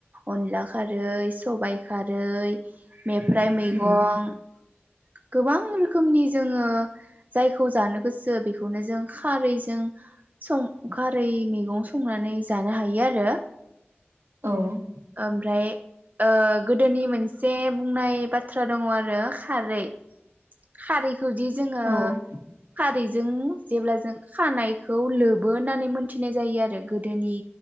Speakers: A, on the right; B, on the right.
A: अनला खारै, सबाइ खारै मेफ्राय मैगं
B: उम
A: गोबां रोखोमनि जोङो जायखौ जानो गोसो बेखौनो जों खारैजों सं खारै मैगं संनानै जानो हायो आरो।
B: औ
A: ओमफ्राय ओ गोदोनि मोनसे बुंनाय बाथ्रा दङ आरो खारै खारै खौ जि जोङो
B: उम
A: खा रैजों जेब्ला जों खानायखौ लोबो होननानै मोनथिनाय जायो आरो गोदोनि